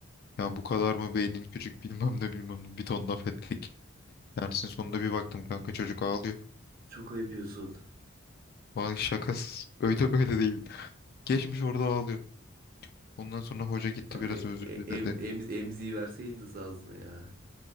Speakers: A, on the left (about 50°); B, on the right (about 50°).
A: Yani bu kadar mı beynin küçük bilmem ne bilmem ne bir ton laf ettik. Dersin sonunda bir baktım kanka çocuk ağlıyor.
B: Çok ayıp yapıyorsun.
A: Vay şakasız. <laughs> Öyle böyle değil. Geçmiş orada ağlıyor. Ondan sonra hoca gitti
B: Kanka
A: biraz özür
B: e-
A: diledi.
B: em em emziği verseydiniz ağzına ya.